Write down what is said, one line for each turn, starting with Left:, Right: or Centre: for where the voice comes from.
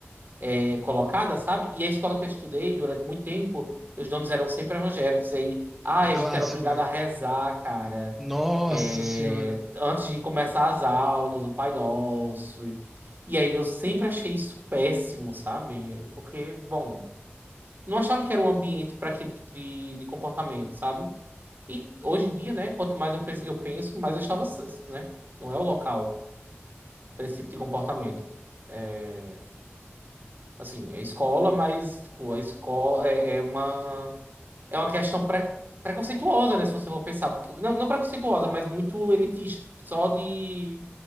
Right: é, colocada, sabe? E a escola que eu estudei durante muito tempo, os donos eram sempre evangélicos. E aí, ai,
Centre: É clássico,
Right: a gente era obrigado
Centre: né?
Right: a rezar, cara.
Centre: Nossa
Right: É,
Centre: senhora.
Right: antes de começar as aulas, o Pai Nosso. E aí eu sempre achei isso péssimo, sabe? Porque, bom não achava que era o ambiente para aquele tipo de, de comportamento, sabe? E hoje em dia, né, quanto mais eu penso, eu penso, mais eu estava, certo, né? Não é o local para esse tipo de comportamento. É, assim, é escola, mas tipo, a escola é, é uma é uma questão pre, preconceituosa, né, se você for pensar. Porque- Não, não preconceituosa, mas muito elitista, só de